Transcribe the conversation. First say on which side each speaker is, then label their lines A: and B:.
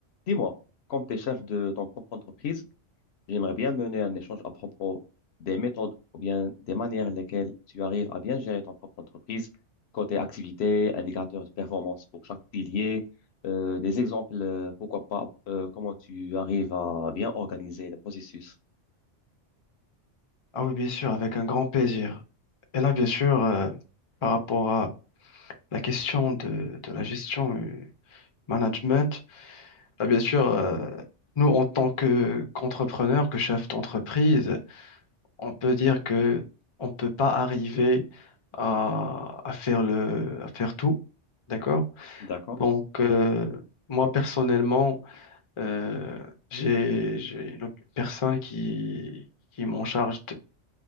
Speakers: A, on the left; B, on the left.
A: Dis-moi, comme tu es chef de ton propre entreprise, j'aimerais bien mener un échange à propos des méthodes ou bien des manières lesquelles tu arrives à bien gérer ton propre entreprise, côté activité, indicateurs de performance pour chaque pilier, euh, des exemples, euh, pourquoi pas, euh, comment tu arrives à bien organiser le processus.
B: Ah oui, bien sûr, avec un grand plaisir. Et là, bien sûr, euh, par rapport à la question de, de la gestion euh, management, là, bien sûr, euh, nous, en tant que qu'entrepreneur, que chef d'entreprise, on peut dire que on peut pas arriver à, à faire le, à faire tout, d'accord?
A: D'accord?
B: Donc, euh, moi, personnellement, euh, j'ai, j'ai une personne qui, qui m'en charge